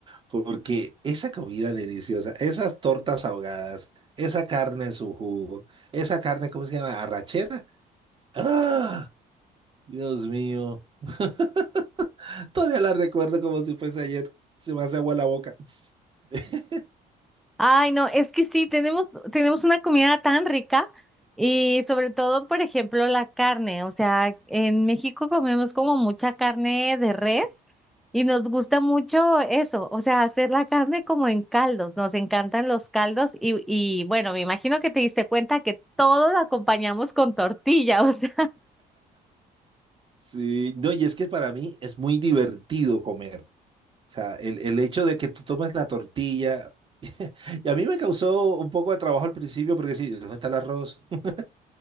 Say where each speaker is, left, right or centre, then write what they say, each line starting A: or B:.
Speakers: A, on the right; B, in the centre.
A: porque esa comida deliciosa, esas tortas ahogadas, esa carne en su jugo, esa carne, ¿cómo se llama? ¿Arrachera? ¡Ah! Dios mío. <laughs> Todavía la recuerdo como si fuese ayer. Se me hace agua la boca. <laughs>
B: Ay, no, es que sí, tenemos, tenemos una comida tan rica y sobre todo, por ejemplo, la carne. O sea, en México comemos como mucha carne de res y nos gusta mucho eso, o sea, hacer la carne como en caldos. Nos encantan los caldos y, y bueno, me imagino que te diste cuenta que todo lo acompañamos con tortilla. O sea, <laughs>
A: Sí, no, y es que para mí es muy divertido comer. O sea, el, el hecho de que tú tomes la tortilla, <laughs> y a mí me causó un poco de trabajo al principio porque sí, ¿dónde está el arroz? <laughs>